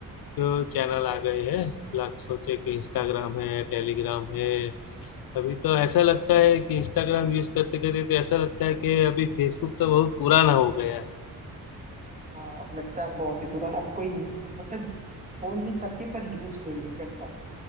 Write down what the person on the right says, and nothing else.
हाँ अब लगता है बहुत ही पुराना अब कोई मतलब फोन भी सबके पर यूज कोई नहीं करता